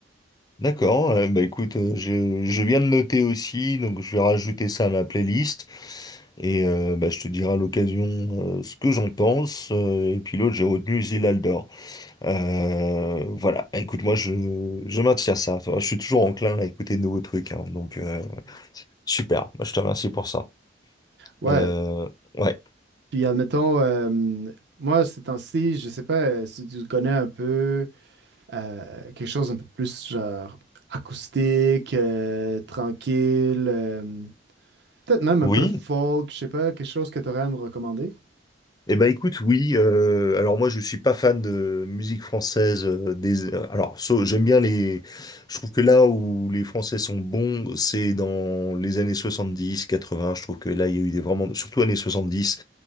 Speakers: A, on the left; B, on the right.
A: D'accord, euh, bah écoute, euh, je, je viens de noter aussi, donc je vais rajouter ça à ma playlist et euh, bah, je te dirai à l'occasion euh, ce que j'en pense. euh, et puis l'autre, j'ai retenu Zilaldor. Euh, voilà, Bah, écoute, moi je, je maintiens ça. Enfin, je suis toujours enclin à écouter de nouveaux trucs, hein. donc euh, super, Bah, je te remercie pour ça.
B: Ouais,
A: Euh, ouais,
B: puis admettons, euh, moi, ces temps-ci, je sais pas euh, si tu connais un peu Euh, quelque chose un peu plus genre acoustique, euh, tranquille, euh, peut-être même
A: oui.
B: un peu folk, je sais pas, quelque chose que tu aurais à me recommander.
A: Eh ben écoute, oui. euh, alors moi, je suis pas fan de musique française. euh, des, euh, alors so- j'aime bien les. Je trouve que là où les Français sont bons, c'est dans les années soixante-dix, quatre-vingts. Je trouve que là, il y a eu des vraiment, surtout années 70,